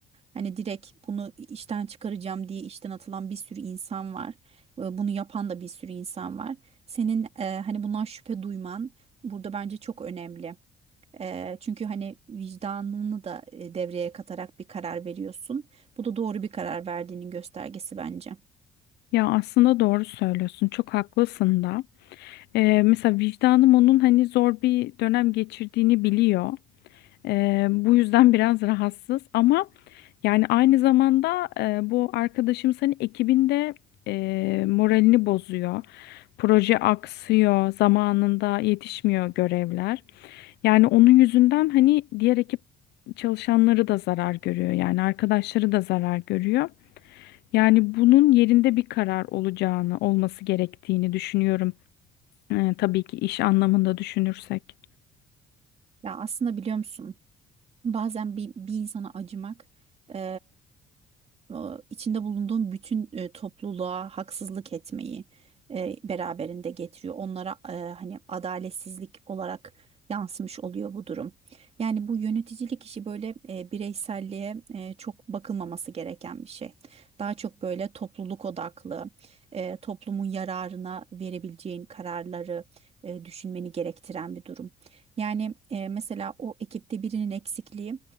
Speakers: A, on the right (about 35°); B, on the left (about 80°).
A: hani direkt bunu işten çıkaracağım diye işten atılan bir sürü insan var. E, bunu yapan da bir sürü insan var. Senin e, hani bundan şüphe duyman burada bence çok önemli. E, çünkü hani vicdanını da e, devreye katarak bir karar veriyorsun. Bu da doğru bir karar verdiğinin göstergesi bence.
B: Ya aslında doğru söylüyorsun çok haklısın da. Ee, mesela vicdanım onun hani zor bir dönem geçirdiğini biliyor. Ee, bu yüzden biraz rahatsız ama yani aynı zamanda e, bu arkadaşım senin ekibinde e, moralini bozuyor. Proje aksıyor, zamanında yetişmiyor görevler. Yani onun yüzünden hani diğer ekip çalışanları da zarar görüyor. Yani arkadaşları da zarar görüyor. Yani bunun yerinde bir karar olacağını, olması gerektiğini düşünüyorum. Ee, tabii ki iş anlamında düşünürsek.
A: Ya aslında biliyor musun? Bazen bir, bir insana acımak e, e, içinde bulunduğun bütün e, topluluğa haksızlık etmeyi e, beraberinde getiriyor. Onlara e, hani adaletsizlik olarak yansımış oluyor bu durum. Yani bu yöneticilik işi böyle e, bireyselliğe e, çok bakılmaması gereken bir şey. Daha çok böyle topluluk odaklı, e, toplumun yararına verebileceğin kararları e, düşünmeni gerektiren bir durum. Yani e, mesela o ekipte birinin eksikliği